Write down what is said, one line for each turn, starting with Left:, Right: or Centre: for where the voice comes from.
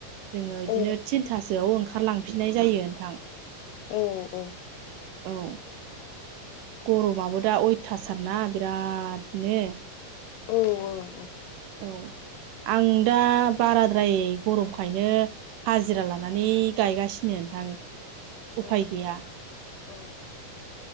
Right: जोंङो इदिनो
Left: औ
Right: थिनथासोआव ओंखारलांफिननाय जायो नोंथां।
Left: औ औ
Right: औ गरमाबो दा अयथासारना बिरादनो
Left: औ औ
Right: औ आं दा बाराद्राय गरमखायनो हाजिरा लानानै गायगासिनो नोंथां उफाय
Left: औ
Right: गैया।
Left: औ